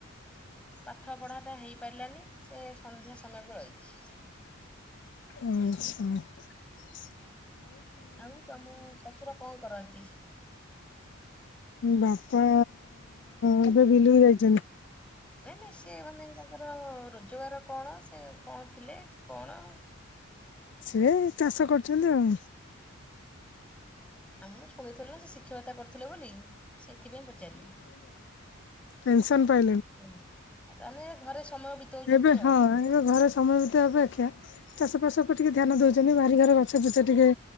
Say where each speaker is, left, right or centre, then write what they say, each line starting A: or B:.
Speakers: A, in the centre; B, on the left.
A: ପାଠ ପଢ଼ାଟା ହେଇପାରିଲାନି। ସେ ସନ୍ଧ୍ୟା ସମୟକୁ ରହିଚି।
B: ଆଚଛା। <inaudible>
A: ଆଉ ତମ ଶଶୁର କଁ କରନ୍ତି?
B: ବାପା ଏବେ ବିଲୁକୁ ଯାଇଚନ୍ତି।
A: ନାଇଁ ନାଇଁ ସେ ମାନେ ତାଙ୍କର ରୋଜଗାର କଣ ସେ କଣ ଥିଲେ କି କଣ?
B: ସେ ଚାଷ କରୁଛନ୍ତି ଆଉ‌।
A: ଆ ମୁଁ ଶୁଣିଥିଲି ନା ସେ ଶିକ୍ଷକତା କରୁଥୁଲେ ବୋଲି ସେଥିପାଇଁ ପଚାରିଲି।
B: ପେନ୍ସନ୍ ପାଇ‌
A: ଉଁ ଆ ତାନେ ଘରେ ସମୟ ବିତଉଚନ୍ତି
B: ଏବେ
A: ଆଉ।
B: ହଁ ଏବେ ଘରେ ସମୟ ବିତେଇବା ଅପେକ୍ଷା ଚାଷ ବାସ ଓପରେ ଟିକେ ଧ୍ୟାନ ଦୋଉଚନ୍ତି ବାରିଘର ଗଛ ଫୁଛ ଟିକେ